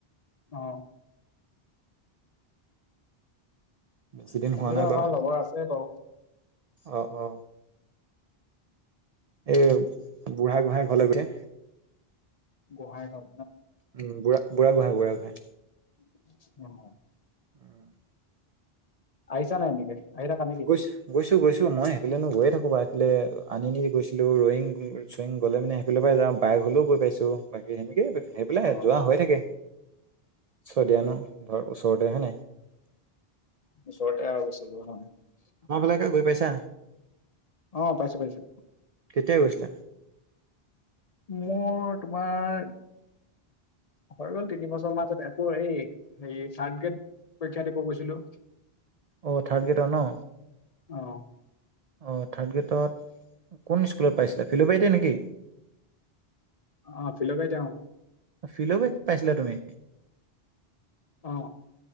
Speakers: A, on the left; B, on the right.
A: অ
B: বেছি দিন
A: আজি
B: হোৱা নাই
A: আমাৰ
B: বাৰু
A: লগৰ আছে বাৰু
B: অ অ এই বুঢ়া গোঁসাই ঘৰলৈ গৈছে
A: গোহাঁই গাওঁ
B: উম বুঢ়া গোহাঁই বুঢ়া গোহাঁই
A: অ
B: <unintelligible>
A: আহিছা নাই এনেকে আহি থাকা নেকি?
B: গৈছো গৈছো গৈছো মই এফালেনো গৈ থাকো বা এইফালে আনি নি গৈছিলো ৰয়িং গৈ চুইং গলে মানে সেইফালৰপৰা যাওঁ বাই ঘৰলেও গৈ পাইছো বাকী সেনেকে সেই পেলাই
A: অ
B: যোৱা হৈ থাকে শদিয়া ন ঘৰ ওচৰতে হয় নাই
A: ওচৰতে আ বেছি দুৰ নহয়
B: তাকে গৈ পাইছা
A: অ পাইছো পাইছো
B: কেতিয়া গৈছিলা
A: মোৰ তোমাৰ হৈ গ'ল তিনি বছৰ মাজত আকৌ এই, হেৰি থাৰ্ড গ্ৰেড', পৰীক্ষা দিব গৈছিলোঁ',
B: অ', থাৰ্ড গ্ৰেডৰ ন?
A: অহ',
B: অ', থাৰ্ড গ্ৰেডত, কোন স্কুলত পাইছিলা, ফিল'বাৰীতে নেকি?
A: অ', ফিল'বাৰীতে অ',
B: অ', ফিল'বাৰীত পাইছিলা তুমি?
A: অহ',